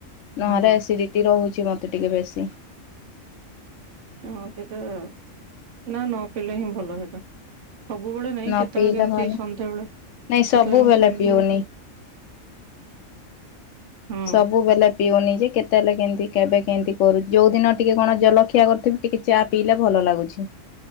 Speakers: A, on the left; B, on the right.
A: ନହେଲେ
B: ହଁ ହଁ
A: ଏସିଡିଟି। ଟି ରହୁଛି ମୋତେ ଟିକେ ବେଶୀ।
B: ହଁ ସେଟା ନାଇ ନ ପଲେ ହିଁ ଭଲ ସେଇଟା। ସବୁବେଳେ ନାଇଁ
A: ନ
B: କେତେବେଳେ
A: ପିଇଲେ
B: କେମିତି
A: ଭଲ
B: ସନ୍ଧ୍ୟାବେଳେ କେତେବେଳେ
A: ନାଇଁ ସବୁବେଳେ
B: କେମିତି ସନ୍ଧ୍ୟା।
A: ପିଉନି।
B: ହଁ
A: ସବୁବେଲେ ପିଉନି ଯେ କେତେ ବେଲେ କେମତି କେବେ କେମତି କରୁ ଯୋଉ ଦିନ ଟିକେ କଣ ଜଲଖିଆ କରିଥିବି। ଟିକେ ଚା ପିଇଲେ ଭଲ ଲାଗୁଛି